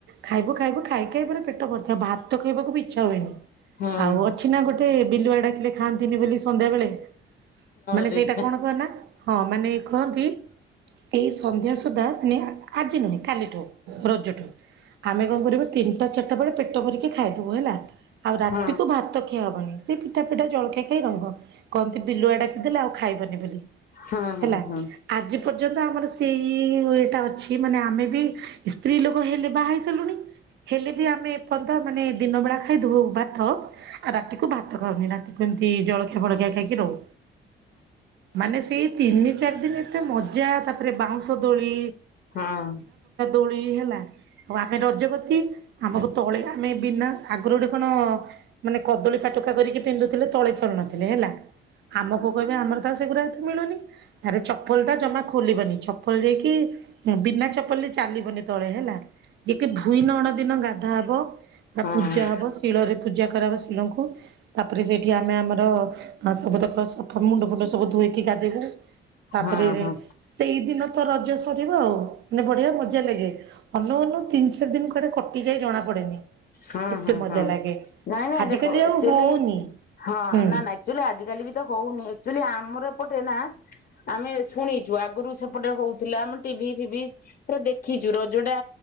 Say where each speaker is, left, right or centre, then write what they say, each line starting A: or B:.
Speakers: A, on the right; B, on the left.
A: ଖାଇବୁ ଖାଇବୁ ଖାଇ ଖାଇ ପୁରା ପେଟ ବଥା। ଭାତ ଖାଇବାକୁ ବି ଇଚ୍ଛା ହୁଏନି।
B: ହଁ
A: ଆଉ ଅଛି ନା ଗୋଟେ ବିଲୁଆ <inaudible> ଖାଆନ୍ତିନି ବୋଲି ସନ୍ଧ୍ୟାବେଳେ ମାନେ
B: ରେ
A: ସେଇଟା
B: ଯା
A: କଣ କୁହ ନା ହଁ ମାନେ କୁହନ୍ତି ଏଇ ସନ୍ଧ୍ୟା ସୁଦ୍ଧା ଆଣିଆ ଆଜି ନାହିଁ କାଲି ରଜଠୁ ଆମେ କଣ କରିବୁ ତିନିଟା ଚାରିଟା ବେଳେ ପେଟ ଭରିକି ଖାଇଦବୁ ହେଲା। ଆଉ ରାତିକୁ
B: ହଁ ହଁ ହଁ
A: ଭାତ କା <inaudible> ସେ ପିଠା ପିଠା ଜଳଖିଆ ଖାଇ ରହିଵ। କହନ୍ତି ବିଲୁଆ ଡାକିଦେଲେ ଆଉ ଖାଇବନି ବୋଲି।
B: ହଁ ହଁ ହଁ ହଁ ହଁ
A: ହେଲା
B: ହଁ ହଁ ହଁ ହଁ
A: ଆଜି ପର୍ଯ୍ୟନ୍ତ ଆମର ସେଇ ଇ ଟା ଅଛି। କି ମାନେ ଆମେ ବି ହେଲେ ବାହା ହେଇ ସାରିଲୁଣି। ହେଲେ ବି ଆମେ ଏପର୍ଯ୍ୟନ୍ତ ମାନେ ଦିନବେଳା ଖାଇ ଦବୁ ଭାତ ଆଉ ରାତିକୁ ଭାତ ଖାଉନି ନା। ସେମିତି ଜଳଖିଆ ବଳଖିଆ ଖାଇକି ରହୁ। ମାନେ ସେଇ ତିନି ଚାରି ସେଦିନେ ଏତେ ମଜା ତାପରେ ବାଉଁଶ ଦୋଳି
B: ହଁ।
A: ପୁଣି ହେଲା ଆମେ ରଜ ବତି ଆମକୁ ତଳେ ଆମେ ବିନା ଆଗରୁ ଗୋଟେ କଣ ମାନେ କଦଳୀ ପାଟୁକା କରିକି ପିନ୍ଧୁଥିଲେ ତଳେ ଚଳନ ଥିଲେ ହେଲା ଆମକୁ କହିବେ ଆମର ହଁ ସେଗୁଡା ଏଠି ମିଳୁନି ଆରେ ଚପଲ ଟା ଜମା ଖୋଲିବନି ଚପଲ ଯାଇକି ବିନା ଚପଲରେ ଚାଲିବନି ତଳେ ହେଲା ଯେତେ ଭୁଇ ନଅଣ ଦିନ ଗା ଭାବ ବା
B: ହଁ
A: ପୂଜା ହବ ଶିଳରେ ପୂଜା କରାହବ ଶିଳଙ୍କୁ ତାପରେ ସେଇଠି ଆମେ ଆମର ସବୁ ତକର ସ ମୁଣ୍ଡ ଫୁଣ୍ଡ ସବୁ ଧୋଇକି ଗାଧେଇବୁ। ତାପରେ
B: ହଁ ହଁ
A: ସେଇଦିନ ତ ରଜ ସ ଆଉାନେ ବଢିଆ ମ <inaudible> ମଜା ଲାଗେ ଅନଉ ଅନଉ ତିନ୍ ଚାରି ଦିନ କୁଆଡେ କଟି ଟିକେ ଜଣା ପଡେନି।
B: ହଁ
A: ଏତେ
B: ହଁ
A: ମଜା
B: ହଁ
A: ଲାଗେ।
B: ନାଇଁ ନାଇଁ
A: ଆଜିକାଲି
B: ଦେଖ
A: ଆଉ
B: ଆକଚୁଆଲି
A: ହଉନି
B: ହଁ
A: ହୁଁ
B: ନା ନା ଆକଚୁଆ ଲି ଆଜିିକାଲି ବି ତ ହଉନି ଆକଚୁଆଲି ଆମର ଏପଟେ ନା ଆମେ ଶୁଣିଛୁ ଆଗରୁ ସେପଟେ ହଉଥିଲା ଆମେ ଟିଭି ଫିଭି ସେ ଦେଖିଛୁ ରଜଡା